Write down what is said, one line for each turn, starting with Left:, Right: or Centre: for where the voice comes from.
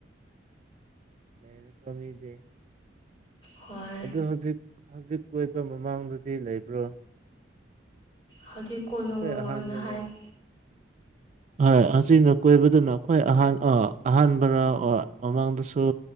Right: ꯅꯩꯔꯦꯀꯣ ꯃꯤꯗꯤ
Left: ꯍꯣꯏ
Right: ꯑꯗꯨ ꯍꯧꯖꯤꯛ ꯍꯧꯖꯤꯛ ꯀꯣꯏꯕ ꯃꯃꯥꯡꯗꯗꯤ ꯂꯩꯕ꯭ꯔꯣ
Left: ꯍꯧꯖꯤꯛ ꯀꯣꯏꯕ
Right: ꯈꯣꯏ
Left: ꯃꯃꯥꯡꯗ
Right: ꯑꯍꯥꯟꯕꯔꯣ
Left: ꯍꯥꯏꯔꯤ
Right: ꯍꯣꯏ ꯍꯧꯖꯤꯛꯅ ꯀꯣꯏꯕꯗꯨꯅ ꯈꯣꯏ ꯑꯍꯥꯟ ꯑꯍꯥꯟꯕꯔ ꯑꯣ ꯃꯃꯥꯡꯗꯁꯨ